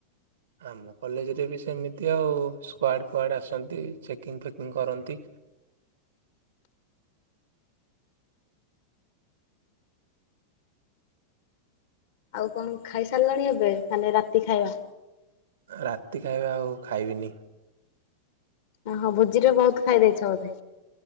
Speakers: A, on the right; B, on the left.
A: ଆମ କଲେଜରେ ବି ସେମିତି ଆଉ ସ୍କ୍ୱାର୍ଡ ଫ୍ର୍ଵାର୍ଡ ଆସନ୍ତି ଚେକିଂ ଫେକିଂ କରନ୍ତି।
B: ଆଉ କଣ ଖାଇ ସାରିଲାଣି ଏବେ ମାନେ ରାତି ଖାଇବା।
A: ରାତି ଖାଇବା ଆଉ ଖାଇବିନି।
B: ଓ ହୋ ଭୋଜିରେ ବହୁତ ଖାଇ ଦେଇଛ ବୋଧେ।